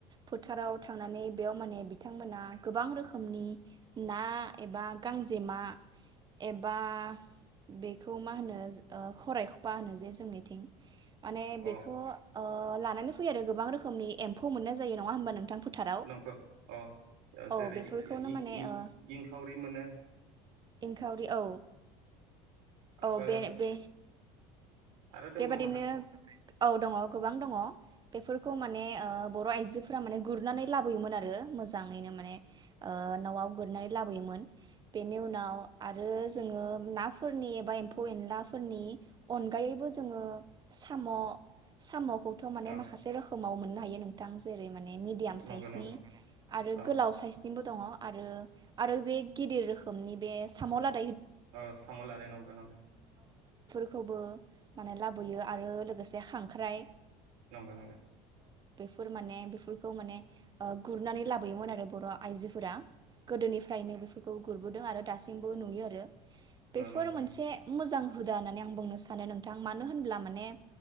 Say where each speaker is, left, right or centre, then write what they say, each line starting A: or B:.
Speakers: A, on the right (about 30°); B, on the right (about 80°).
A: फोथाराव थांनानै बेयाव माने बिथांमोना गोबां रोखोमनि ना एबा गांजेमा एबा बेखौ मा होनो ओ खरायखफा होनो जे जोंनिथिं माने बेखौ
B: अ
A: ओ लानानै फैयो आरो गोबां रोखोमनि एम्फौ मोननाय जायो। नङा होमबा नोंथां फोथाराव
B: नंखौ अ ओ
A: औ
B: जेरै
A: बेफोरखौनो
B: इ-इ-इंखावरि
A: माने ओ
B: मोनो
A: इंखावरि औ
B: आरो
A: औ बे बे
B: आरो दंबावो
A: बेबादिनो माखासे औ दङ गोबां दङ। बेफोरखौ माने ओ बर' आइजो फोरा माने गुरनानै लाबोयोमोन आरो मोजाङैनो माने ओ न'आव गुरनानै लाबोयोमोन बेनि उनाव आरो जोङो नाफोरनि एबा एम्फौ एनलाफोरनि अनगायैबो जोङो साम' साम' खौथ' माने
B: अ
A: माखासे रोखोमाव मोननो हायो नों थां जेरै मा ने मिडियाम
B: नंगौ
A: साइसनि
B: नंगौ
A: आरो
B: औ
A: गोलाव साइसनिबो दङ आरो आरो बे गिदिर रोखोमनि बे साम' लाद
B: औ साम' लादाय नंगौ नंगौ
A: बेखौबो माने लाबोयो आरो लोगोसे खांख्राइ
B: नंगौ नंगौ
A: फोर माने बेफोर र' माने ओ गुरनानै लाबोयोमोन आरो बर' आइजोफोरा गोदोनिफ्रायनो बेफोर खौ गुरबोदों आरो दासिमबो नुयो आरो बेफोर
B: नंगौ
A: मोनसे
B: नंगौ
A: मोजां हुदा होननानै आं बुंनो सानो नोंथां मानो होनब्ला माने